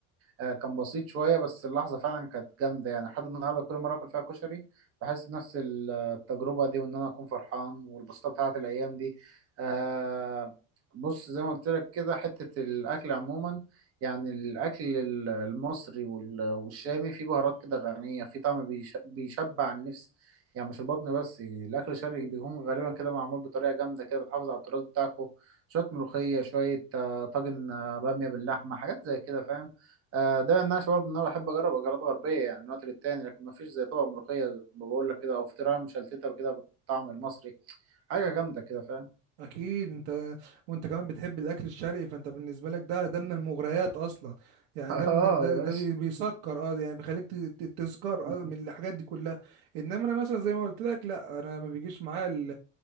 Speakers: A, on the right; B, on the right.
A: آه كان بسيط شوية بس اللحظة فعلا كانت جامدة يعني لحد النهاردة كل مرة أكل فيها كشري بحس بنفس التجربة دي وإن أنا أكون فرحان والبساطة بتاعت الأيام دي آه بص زي ما قلت لك كده حتة الأكل عموما يعني الأكل ال- المصري وال- والشامي فيه بهارات كده غنية فيه طعم بيش- بيشبع النفس يعني مش البطن بس الأكل الشرقي بيكون غالبا كده معمول بطريقة جامدة كده بتحافظ على التراث بتاعكم شويه ملوخيه شويه آه، طاجن آه، باميه باللحمه حاجات زي كده فاهم آه، ده ما يمنعش برضه ان انا بحب اجرب اكلات غربيه يعني من وقت للتاني لكن ما فيش زي طبق ملوخيه زي ما بقول لك كده او فطيره مشلتته كده بالطعم المصري حاجه جامده كده فاهم
B: اكيد انت وانت كمان بتحب الاكل الشرقي فانت بالنسبه لك ده ده من المغريات اصلا يعني
A: <laughs> اه
B: ده من- ده,
A: يا باشا
B: ده بي- بيسكر اه يعني بيخليك ت- ت- تسكر
A: <laughs>
B: اه من الحاجات دي كلها انما انا مثلا زي ما قلت لك لا انا ما بيجيش معايا ال-